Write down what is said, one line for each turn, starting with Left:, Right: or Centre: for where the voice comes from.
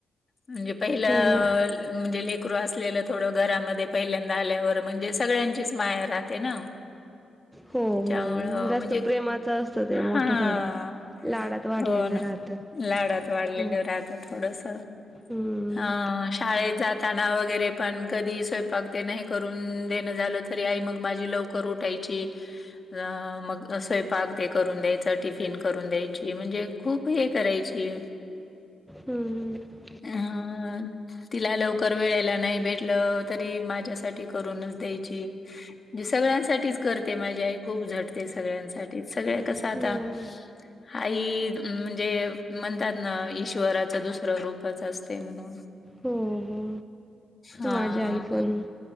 Left: म्हणजे पहिल
Centre: हो ना
Left: म्हणजे लेकरू असलेलं थोडं घरामध्ये पहिल्यांदा आल्यावर म्हणजे सगळ्यांचीच माया राहते ना.
Centre: हो.
Left: त्याच्यामुळं,
Centre: हो जास्त
Left: म्हणजे
Centre: प्रेमाचं असतं ते मोठं
Left: हा.
Centre: थोडं लाडात वाढलेलं
Left: हो ना,
Centre: राहतं
Left: लाडात वाढलेले
Centre: हो
Left: राहत. थोडस,
Centre: हम्म
Left: आ शाळेत जात ताना वगैरे पण कधी स्वयंपाक ते नाही करून देणं झालं तरी आई मग माझी लव कर ऊटायची. अ मग स्वयंपाक ते करून द्यायचं टिफिन करून द्यायची म्हणजे. खूप हे करायची.
Centre: हूं हूं!
Left: हा! तिला लवकर वेळेला नाही भेटलं, तरी माझ्यासाठी करूनच द्यायची. जे सगळ्यांसाठीच करते माझी आई खूप झटते सगळ्यांसाठीच सगळ्या. कस आता
Centre: हम्म
Left: आई म्हणजे म्हणतात ना ईश्वरा च दुसर रूपच असते म्हणून.
Centre: हो हो
Left: हां,
Centre: माझी आई पण